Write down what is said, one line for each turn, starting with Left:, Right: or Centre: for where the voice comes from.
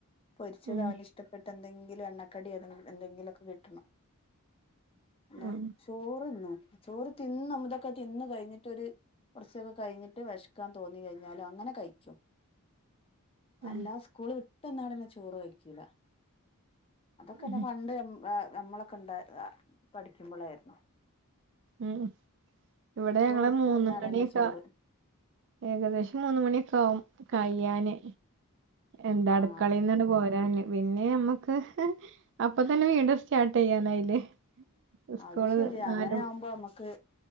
Left: പൊരിച്ചതോന്
Right: ഉം
Left: ഇഷ്ടപ്പെ ട്ടന്തെങ്കിലും എണ്ണക്കടി ഏതെങ്കിലും എന്തെങ്കിലുമൊക്കെ കിട്ടണം <unintelligible>
Right: ഉം
Left: ചോറ്ന്നൂല ചോറ് തിന്നും ഇതൊക്കെ തിന്ന് കഴിഞ്ഞ് ട്ടൊരു കുറച്ചൊക്കെ കഴിഞ്ഞിട്ട് വെശക്കാൻ തോന്നി കഴിഞ്ഞാൽ അങ്ങനെ കഴിക്കും
Right: ഉം
Left: അല്ല സ്കൂള് വി ട്ടന്നാടന്നെ ചോറ് കയ്ക്കൂല അതൊക്കെന്നെ
Right: ഉം
Left: പണ്ട് <unintelligible> നമ്മളൊക്കെ ഉണ്ട പഠിക്കുമ്പളായിരുന്നു
Right: മ് ഇവിടെ ഞങ്ങള്
Left: വിട്ട്
Right: മൂന്ന്
Left: വന്നാടന്നെ
Right: മണിയൊക്കെ
Left: ചോറ്
Right: ആ ഏകദേശം മൂന്ന് മണിയൊക്കെ ആകും കയ്യാന് എന്താ
Left: ആ
Right: അടുക്കളേന്നിണ്ടു പോരാന് പിന്നെ ഞമ്മക്ക് അപ്പൊ തന്നെ വീണ്ടും സ്റ്റാർട്ട് ചെയ്യാനായില്ലേ സ്കൂള്
Left: അത് ശെരിയാ
Right: നാലും
Left: അങ്ങനെ ആവുമ്പോ നമ്മ ക്ക്